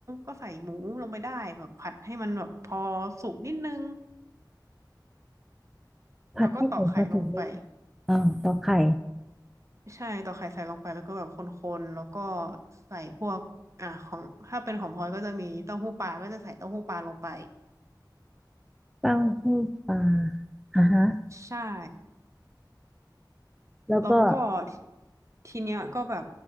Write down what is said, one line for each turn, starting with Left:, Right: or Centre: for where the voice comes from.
Right: ก็ใส่หมูลงไปได้แบบผัดให้มันแบบพอสุกนิดนึง
Centre: ผัดให้หมูมาถึงได้
Right: แล้วก็ตอกไข่ลงไป
Centre: อ่าต่อไข่
Right: ใช่ตอกไข่ใส่ลงไปแล้วก็แบบคนๆแล้วก็ใส่พวกอ่ะของถ้าเป็นของพลอยก็จะมีเต้าหู้ปลาก็จะใส่เต้าหู้ปลาลงไป
Centre: เต้าหู้ปลาอ่ะฮะ
Right: ใช่
Centre: แล้วก็
Right: แล้วก็ททีเนี้ยก็แบบ